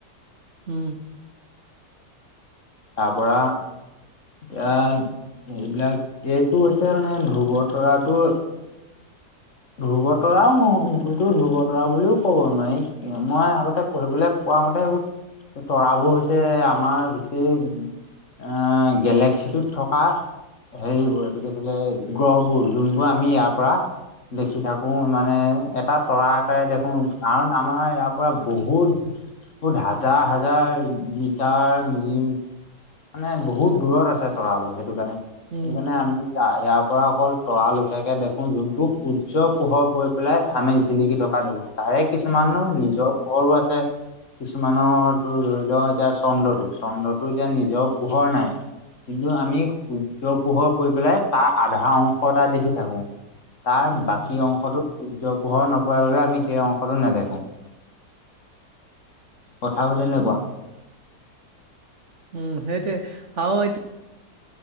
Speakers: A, on the right; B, on the left.
A: উম
B: তাৰ পৰা এয়া এইবিলাক এইটো হৈছে মানে ধ্ৰবত তৰাটো
A: উ
B: ধ্ৰুৱতৰাও নহয় হেইতো ধ্ৰুব তৰা বুলিও ক'ব নোৱাৰি মই আগতে পঢ়িবলৈ পোৱা মান তে এই তৰাবোৰ হৈছে আমাৰ গোটেই এ গেলেক্সিটোত থকা হেৰিবোৰ এইটো কি আছিলে গ্ৰহবোৰ যোনবোৰ আমি ইয়াৰ পৰা দেখি থাকো মানে এটা তৰা আকাৰে দেখো কাৰণ আমাৰ ইয়াৰ পৰা বহুত বহুত হাজাৰ হাজাৰ মিটাৰ মিলিমি মানে বহুত দূৰত আছে তৰাবোৰ সেইটো কাৰণে
A: উম,
B: সেইটো কাৰণে আমি ইয়াৰ পৰা অকল তৰালখীয়াকৈ দেখোঁ যোনটো সূৰ্য পোহৰ পৰি পেলাই আমি জিলিকি থকা দেখোঁ তাৰে কিছুমানো
A: উম,
B: নিজৰ পোহৰো আছে কিছুমানৰ তোৰ ধৰি ল এতিয়া চন্দ্ৰটো চন্দ্ৰটো এতিয়া নিজৰ পোহৰ নাই কিন্তু আমি সূৰ্য পোহৰ পৰি পেলাই তাৰ আধা অংশ এটা দেখি থাকো। তাৰ
A: উম,
B: বাকী অংশতো সূৰ্য পোহৰ ন বাবে আমি সেই অংশটো নেদেখো কথাবোৰ তেনেকুৱা
A: উম সেইটোৱে হা এতিয়া